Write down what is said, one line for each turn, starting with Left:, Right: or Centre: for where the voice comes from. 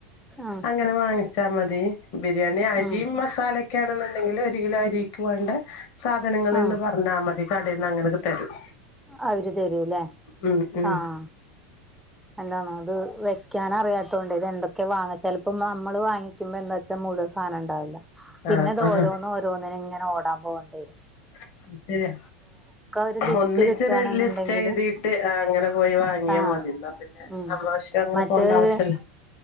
Centre: ആഹ്
Left: അങ്ങനെ വാങ്ങിച്ചാ മതി ബിരിയാണി അരീം
Centre: ആഹ്
Left: മസാലൊക്കേണ്ന്ന്ണ്ടെങ്കില് ഒരു കിലോ അരീക്ക് വേണ്ട സാധനങ്ങള്
Centre: ആഹ്
Left: ന്ന് പറഞ്ഞാ മതി കടീന്ന് അങ്ങനെക്കെ തരും
Centre: അവര് തരൂല്ലേ
Left: ഉം ഉം
Centre: ആഹ് അല്ലാന്നോ ഇത് വെക്യാൻ അറിയാതോണ്ടേ ഇത് എന്തൊക്കെ വാങ്ങ ചെലപ്പോം നമ്മള് വാങ്ങി ക്കും ബോ എന്താ വച്ചാ മുഴുവൻ സാധനംണ്ടാവില്ല പിന്നെ
Left: ആഹ്
Centre: ഇത്
Left: ആഹ്
Centre: ഓരോന്നും ഓരോന്നിനിങ്ങനെ ഓടാൻ പോണ്ടിരും
Left: <inaudible> ശരിയ
Centre: ഒരു ലിസ്റ്റ്
Left: ഒന്നിച്ചൊരു
Centre: കിട്ടുകയാണെന്നുണ്ടെങ്കില്
Left: ലിസ്റ്റ് എഴുതിയിട്ട് ആഹ് അങ്ങനെ പോയി വാങ്ങിയാ
Centre: ആഹ്
Left: മതി ഇന്നാ പിന്നെ
Centre: ഉം
Left: നമ്മളാവശ്യം അങ്ങനെ
Centre: മറ്റേത്
Left: പോണ്ട ആവശ്യല്ല